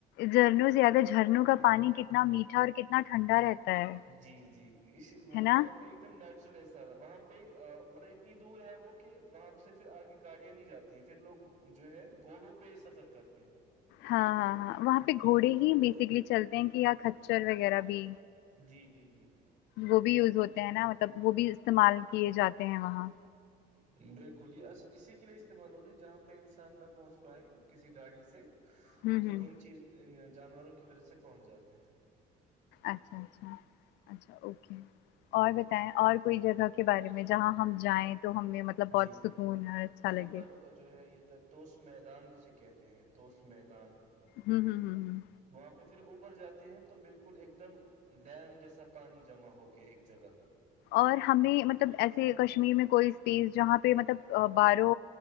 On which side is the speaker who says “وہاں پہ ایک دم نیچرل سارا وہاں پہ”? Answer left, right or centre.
Right